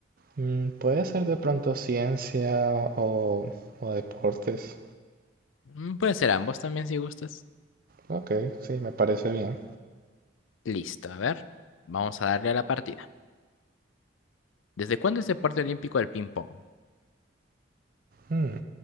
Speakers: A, on the right (about 45°); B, on the left (about 80°).
A: Mm, puede ser de pronto ciencia o, o deportes.
B: Mm, Puede ser ambos también si gustas.
A: Ok, sí, me parece bien.
B: Listo, a ver. Vamos a darle a la partida. ¿Desde cuándo es deporte olímpico el ping-pong?
A: Mm,